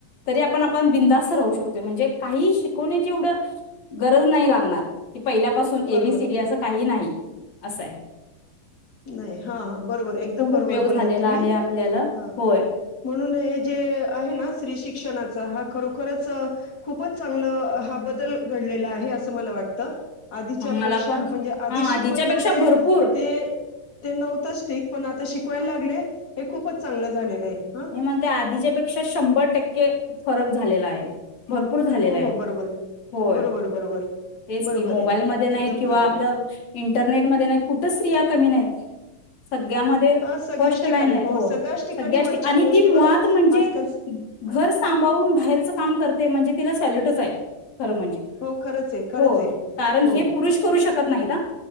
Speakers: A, on the left (about 60°); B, on the left (about 30°).
A: तरी आपण आपण बिंदास्त राहू शकतोय म्हणजे काहीही शिकवण्याची एवढं गरज नाई लागणार. की पहिल्यापासून ए
B: बरोबर
A: बी सी डी असं काही नाही. असं आय.
B: नाई हा बरोबर, एकदम बरोबर
A: उपयोग झालेला
B: बोललात तुम्ही,
A: आहे आपल्याला
B: ह
A: होय
B: म्हणून हे जे आहे ना श्री शिक्षणा चा हा खरोखरच अ खूपच चांगल हा बदल घडलेला आहे, असं मला वाटत. आधीच्यापेक्षा
A: मला पण
B: म्हणजे आधी
A: हा
B: शिकवत
A: आधीच्या
B: नव्हते
A: पेक्षा भरपूर
B: ते ते नव्हतंच ठीक पण आता शिकवायला लागले, हे खूपच चांगलं झालेलं आहे. हा.
A: मी म्हणते आधीच्या पेक्षा शंभर टक्के फरक झाले येला आहे, भरपूर झालेला
B: हो
A: आय,
B: हो बरोबर
A: होय
B: बरोबर बरोबर
A: तेच
B: बरोबर
A: की मोबाईल
B: आहे.
A: मध्ये नाई
B: एकदम
A: किंवा
B: बरोबर
A: आपलं
B: आहे
A: इंटरनेटमध्ये नाई, कुठच स्त्रिया कमी नाहीत. सगळ्यामध्ये
B: हा सगळ्याच
A: फर्स्ट
B: ठिकाणी
A: लाईन ला आहेत
B: हो सगळ्याच ठिकाणी
A: सगळ्या
B: वर
A: आणि
B: पोस्ट
A: ती मुळात म्हणजे
B: आजकाल
A: ग घर सांभाळून बाहेरच काम करते म्हणजे तिला सॅल्यूटच आहे. खरं म्हणजे
B: हो खरंच आहे खरंच
A: हो
B: आहे
A: कारण
B: हो
A: हे पुरुष करू शकत नाहीत हा,